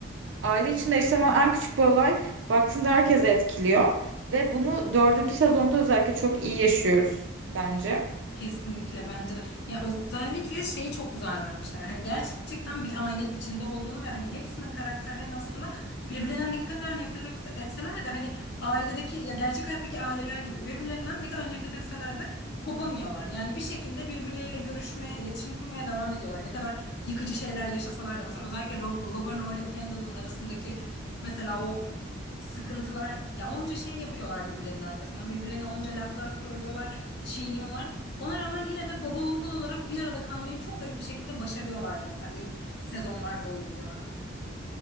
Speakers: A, on the right; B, on the left.
A: aile içinde yaşanan en küçük bir olay baktığında herkese etkiliyor ve bunu dördüncü sezonda özellikle çok iyi yaşıyoruz bence.
B: Kesinlikle bence de. Ya özellikle şeyi çok güzel vermişler. Hani gerçekten bir ailenin içinde olduğunu ve hani hepsinin karakterlerinin aslında birbirlerinden ne kadar nefret etse- etseler de hani ailedeki ya gerçek hayattaki aileler gibi birbirlerinden ne kadar nefret etseler de kopamıyorlar. Yani bir şekilde birbirleriyle görüşmeye, iletişim kurmaya devam ediyorlar. Ne kadar yıkıcı şeyler yaşasalar da mesela özellikle Ro- Logan Roy ile Kendall'ın arasındaki mesela o sıkıntılar ya onca şey yapıyorlar birbirlerinin arkasından. Birbirlerine onca laflar söylüyorlar, çiğniyorlar. Ona rağmen yine de baba oğul olarak bir arada kalmayı çok garip bir şekilde başarıyorlardı mesela ilk sezonlar boyunca.